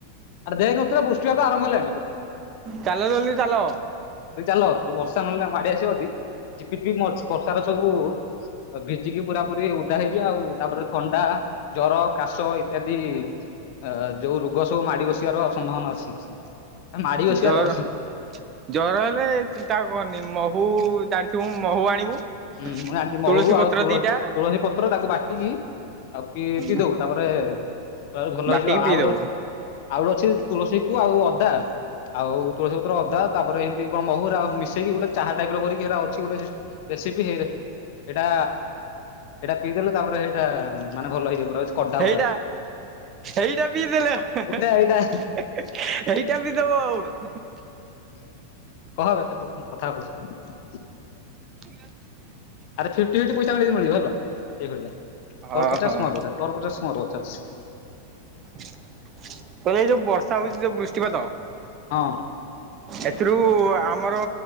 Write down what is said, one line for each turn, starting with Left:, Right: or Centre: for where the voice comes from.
Left: ଆରେ ଦେଖ ନଥିଲା ବୃଷ୍ଟିବାତ ଆରମ୍ଭ ହେଲାଣି।
Right: ଚାଲ ଜଲ୍ଦୀ ଚାଲ।
Left: ବେଗି ଚାଲ ବର୍ଷା ନହେଲେ ମାଡି ଆସିବ ଯଦି ଝିପି ଝିପି ମଝି ବର୍ଷା ର ସବୁ ତ ଭିଜିକି ପୁରା ପୁରୀ ଉଦା ହେଇଯିବା ଆଉ ତାପରେ ଥଣ୍ଡା ଜର କାଶ ଇତ୍ୟାଦି ଆ ଯୋଉ ରୋଗ ସବୁ ମାଡି ବସିବାର ସମ୍ଭାବନା ଅଛି। ମାଡି ବସିବାର
Right: ଏଇ ଜର
Left: ହୁଁ
Right: ଜର ହେଲେ ଚିନ୍ତା କରନି ମହୁ ଜାଣିଥିବୁ ମହୁ ଆଣିବୁ
Left: ହୁଁ ମୁଁ ଜାଣିଚି ମହୁ
Right: ତୁଳସୀ
Left: ଆଉ
Right: ପତ୍ର
Left: ତୁଳ
Right: ଦିଟା
Left: ତୁଳସୀ ପତ୍ର ତାକୁ ବାଟିକି ଆଉ ପି
Right: ହୁଁ
Left: ପିଇ ଦବୁ ତାପରେ ପୁରାପୁରି ଭଲ
Right: ବାଟିକି
Left: ହେଇଯିବ
Right: ପିଇଦବୁ।
Left: ଆଉ ଗୋଟେ ଗ ଆଉ ଗୋଟ ଅଛି ତୁଳସୀ କୁ ଆଉ ଅଦା ଆଉ ତୁଳସୀ ପତ୍ର ଅଦା ତାପରେ ଏନ୍ତି କଣ ମହୁ ଏରା ମିଶେଇକି ଗୋଟେ ଚାହା ଟାଇପ୍ ର କରିକି ଅଛି ଗୋଟେ ସିଷ ରେସିପି ହେଇର ଏଇଟା ଏଇଟା ପିଇଦେଲେ ତାପରେ ସେଇଟା ମାନେ ଭଲ ହେଇଯିବ ପୁରା କଡା ପୁରା
Right: ଏଇଟା ଏଇଟା ପି ଦେଲେ ହେଁ
Left: ଏଇଟା
Right: ହେଁ।
Left: ଏଇଟା
Right: ଏଇଟା ବି ଦବ ଆଉ।
Left: <unintelligible>
Right: <inaudible>
Left: ଆରେ ଫିପ୍ଟି ଫିପ୍ଟି ପଇସା ମିଳିବ ହେଲା ଏଇଭଳିଆ ତୋର
Right: ଓହୋ।
Left: ପଚାଶ ମୋର ପଚାଶ ତୋର ପଚାଶ ମୋର ପଚାଶ।
Right: ମୁଁ କହିଲି ଏଇ ଯୋଉ ବର୍ଷା ହଉଚି ଯୋଉ ବୃଷ୍ଟିପାତ
Left: ହଁ
Right: ଏଥିରୁ ଆମର